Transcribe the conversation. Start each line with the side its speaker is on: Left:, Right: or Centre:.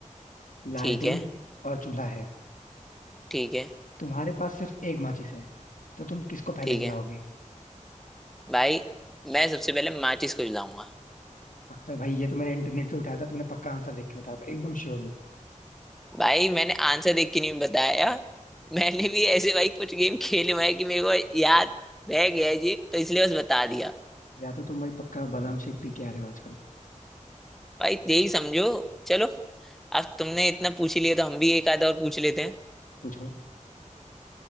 Left: लालटेन
Centre: ठीक है
Left: और चूल्हा है
Centre: ठीक है
Left: तुम्हारे पास सिर्फ एक माचिस है तो तुम किसको पहले
Centre: ठीक
Left: जलाओगे
Centre: है भाई मैं सबसे पहले माचिस को जलाऊंगा
Left: पक्का भाई ये तो मैंने इंटरनेट से उठाया था तुमने पक्का आंसर देख के बताया होगा, एकदम श्योर हूँ
Centre: भाई मैंने आंसर देख के नहीं बताया मैंने भी ऐसे भाई कुछ गेम खेले हुए हैं कि मेरे को याद रह गया है जी तो इसलिए बस बता दिया
Left: या तो तुम भाई पक्का बादाम शेक पी के आ रहे हो आजकल
Centre: भाई यही समझो चलो अब तुमने इतना पूछ ही लिया तो हम भी एक आधा और पूछ लेते हैं
Left: पूछो